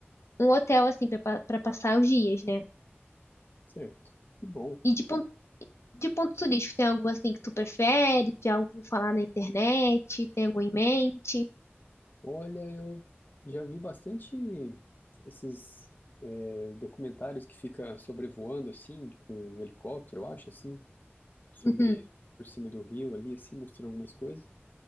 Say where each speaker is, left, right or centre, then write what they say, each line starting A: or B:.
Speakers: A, on the left; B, on the left.
A: um hotel, assim, para passar os dias, né?
B: certo? Que bom.
A: E de ponto, de ponto turístico, tem algo assim que tu prefere? Já ouviu falar na internet? Tem algo em mente?
B: Olha, eu já vi bastante esses é, documentários que fica sobrevoando assim, com um helicóptero, eu acho, assim, sobre
A: Uhum.
B: por cima do rio ali, assim, mostrando algumas coisas.